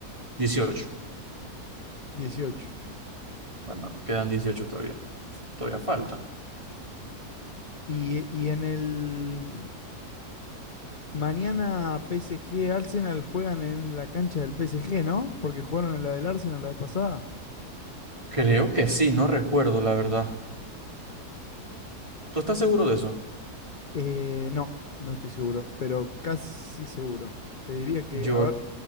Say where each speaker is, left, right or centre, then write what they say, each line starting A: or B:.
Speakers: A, on the right; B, on the left.
A: 18.
B: 18.
A: Bueno, quedan 18 todavía. Todavía falta.
B: Y, y en el... Mañana PSG Arsenal juegan en la cancha del PSG, ¿no? Porque jugaron en la del Arsenal la vez pasada.
A: Creo que sí, no recuerdo, la verdad. ¿Tú estás seguro de eso?
B: Eh, no, no estoy seguro, pero casi seguro. Te diría que,
A: Yo,
B: a ver,